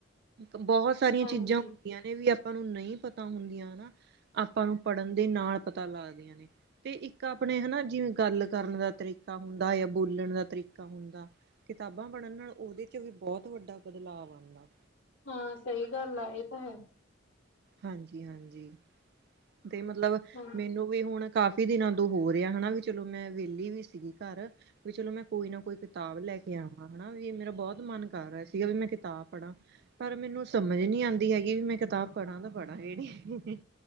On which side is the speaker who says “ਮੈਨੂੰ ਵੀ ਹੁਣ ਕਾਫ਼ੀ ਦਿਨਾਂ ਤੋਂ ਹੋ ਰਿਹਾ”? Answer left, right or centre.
Right